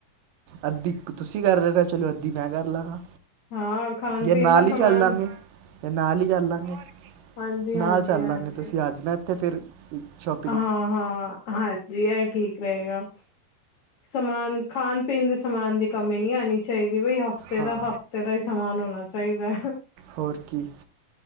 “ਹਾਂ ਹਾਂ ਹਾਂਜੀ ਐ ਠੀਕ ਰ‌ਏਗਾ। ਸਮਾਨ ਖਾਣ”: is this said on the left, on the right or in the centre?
Left